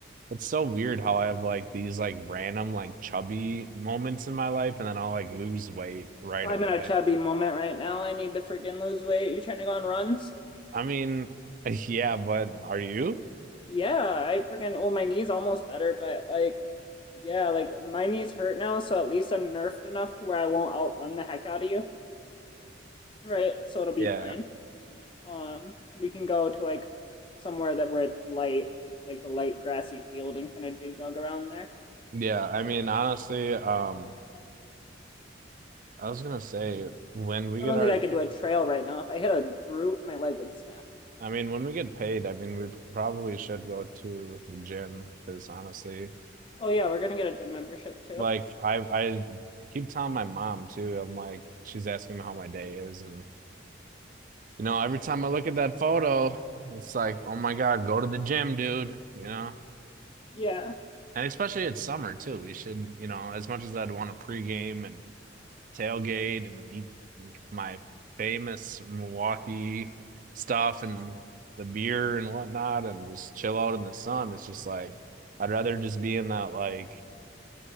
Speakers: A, on the right; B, on the left.
A: It's so weird how I have like these like random like chubby moments in my life and then I'll like lose weight right away.
B: in a chubby moment right now. I need to freaking lose weight. You trying to go on runs?
A: I mean, <laughs> yeah, but are you?
B: Yeah, I freaking, well, my knee's almost better, but like, yeah, like my knees hurt now, so at least I'm nerfed enough to where I won't outrun the heck out of you, right? So it'll be
A: Yeah.
B: fine. Um, we can go to like somewhere that where it's light, like a light grassy field and kind of jig jog around there.
A: Yeah, I mean, honestly, um, I was gonna say when we
B: I
A: get
B: don't
A: our,
B: think I could do a trail right now. If I hit a root, my leg would snap.
A: I mean, when we get paid, I mean, we probably should go to the gym because honestly,
B: Oh yeah, we're gonna get a gym membership too.
A: like I, I keep telling my mom too. I'm like, she's asking me how my day is, and you know, every time I look at that photo, it's like, oh my God, go to the gym, dude. You know,
B: Yeah,
A: and especially it's summer too. We should, you know, as much as I'd want to pregame and. tailgate and eat my famous Milwaukee stuff and the beer and whatnot and just chill out in the sun. It's just like I'd rather just be in that like